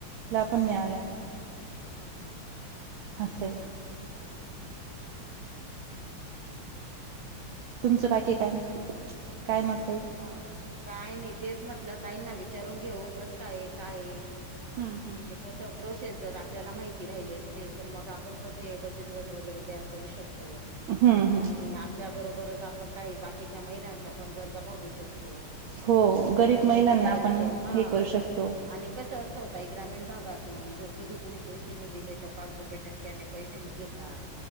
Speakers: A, on the right; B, on the right.
A: ला पण मिळाल्या.
B: हा-हा.
A: आसए. तुमचं बाकी काय? काय मत आहे
B: हा, काय नाही. तेच म्हटलं ताईंना विचारून घेऊ कस कायये-कायये. मला
A: हम्म
B: पी जी ची
A: हम्म
B: म्हनजे. कसं प्रोसेस जर आपल्याला माहिती राहिली असली, तर मग आपण पण ते बचत गट वगैरे तयार करू शकतो.
A: हम्म हम्म
B: आणि आपल्या बरोबरच आपण काही बाकीच्या महिलांच्या पण गरजा भागऊ शक तो.
A: हो
B: त्यांचा
A: गरीब महिलांना
B: पण विचारांच,
A: आपण
B: हा
A: हे करू
B: अस
A: शकतो
B: आणि कसं असं त ताई ग्रामीण भागातून जर कधी कुणी पैसे नाही दिले, तर पाच रुपये टक्क्याने पैसे घेतात.